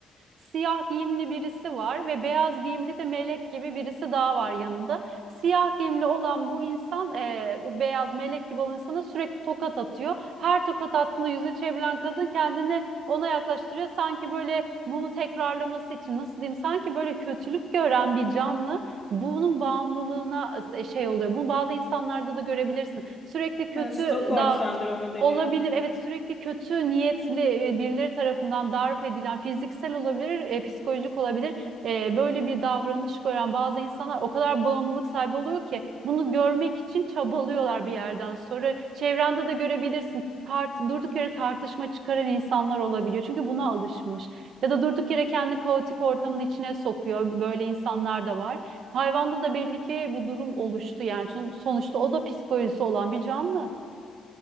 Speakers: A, on the right; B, on the left.
A: Siyah giyimli birisi var ve beyaz giyimli de melek gibi birisi daha var yanında. Siyah giyimli olan bu insan, e, bu beyaz melek gibi olan insana sürekli tokat atıyor. Her tokat attığında yüzü çevrilen kadın kendini ona yaklaştırıyor. Sanki böyle bunu tekrarlaması için nasıl diyeyim? Sanki böyle kötülük gören bir canlı bunun bağımlılığına e, şey oluyor. Bunu bazı insanlarda da görebilirsin. Sürekli kötü
B: Ha, Stockholm
A: daha
B: sendromu deniyor.
A: Olabilir. Evet sürekli kötü niyetli e, birileri tarafından darp edilen fiziksel olabilir, e, psikolojik olabilir. E, böyle bir davranış gören bazı insanlar o kadar bağımlılık sahibi oluyor ki bunu görmek için çabalıyorlar bir yerden sonra. Çevrende de görebilirsin. Tart durduk yere tartışma çıkaran insanlar olabiliyor. Çünkü buna alışmış. Ya da durduk yere kendi kaotik ortamın içine sokuyor. Böyle insanlar da var. Hayvanda da belli ki bu durum oluştu yani. Son- Sonuçta o da psikolojisi olan bir canlı.